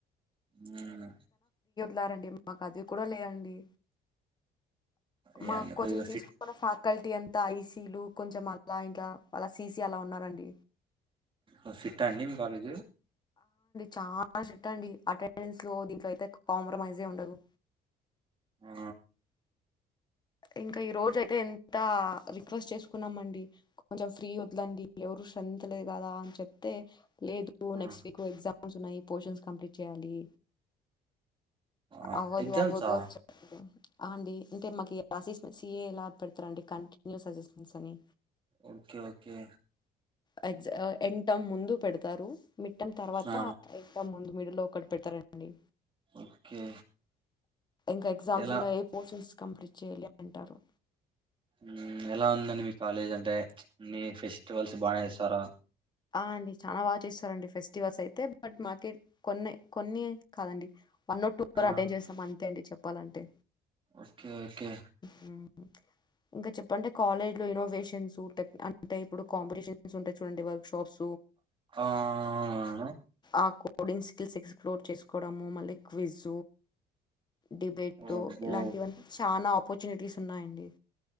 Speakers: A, on the right (about 30°); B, on the left (about 25°).
A: ఆ
B: లారండీమ్ మాకు అది కూడా లే అండి
A: ఏ
B: మాకు
A: అండి,
B: కొంచెం
A: కొద్దిగా
B: తీసుకున్న ఫల్ ఫకల్టీ అంతా ఐసీ లు కొంచెం అలా ఇంట్ల వాళ్ళ సిసి అలా ఉన్నారండి
A: ఉ సిట్టా అండి మీ కాలేజు
B: చానా సిట్టు అండి అటెండెన్స్ లో దీంట్లో అయితే కాంప్రమైజ్మే ఉండదు
A: ఆ
B: ఇంకా ఈ రోజు అయితే ఎంత రిక్వెస్ట్ చేసుకున్నాం అండి కొంచెం ఫ్రీ వదలండి ఎవరు స్ట్రెంత్ లే కదా అని చెప్తే లేదు
A: ఆ
B: నెక్స్ట్ వీక్ ఎగ్జామ్ ఉస్ ఉన్నాయి పోర్షన్స్ కంప్లీట్ చేయాలి
A: ఆ,
B: అవ్వదు
A: ఎగ్జామ్సా
B: అవ్వదు అని చెప్పితే అంది ఇంకేం మాకి అసిస్ంట్ సిఏ ఎలా పెడతారా అండి కంటిన్యూస్ అసిస్ంట్స్ అని
A: ఓకే ఓకే
B: ఆ ఎగ్జు ఎన్ టమ్ ముందు పెడతారు మిడ్ టమ్ తరువాత
A: ఆ
B: ఎ టమ్ ముందు మిడిల్ లో ఒకటి పెడుతారండీ
A: ఓకే
B: ఇంకా ఎగ్జామ్స్
A: ఎలా
B: ఉన్నాయి ఏ పోర్షన్స్ కంప్లీట్ చేయాలి అంటారు
A: ఉ ఎలా ఉందండి మీ కాలేజ్ అంటే మీ ఫెస్టివల్స్ బాగానే ఇస్తారా
B: ఆ అండి చాలా బాగా చేస్తారండి ఫెస్టివల్స్ అయితే బట్ మార్కెట్ కొన్నే కొన్ని కాదండి వన్ టూ
A: ఆ
B: అటెండ్ చేస్తాం అంతే అండి చెప్పాలంటే
A: ఓకే ఓకే
B: హ్మ్. ఇంకా చెప్పు అంటే కాలేజీ లో ఇనోవేషన్స్ అంటే ఇప్పుడు కాంపిటీషన్స్ ఉంటాయి చూడండి వర్క్ షాప్స్
A: ఆ అవును
B: ఆ కోడింగ్ స్కిల్స్ ఎక్స్ప్లోర్ చేసుకోవడము మళ్ళీ క్విజ్ డిబేటు
A: అబ్బో
B: ఇలాంటివన్నీ చాలా ఆపర్చునిటీస్ ఉన్నాయండి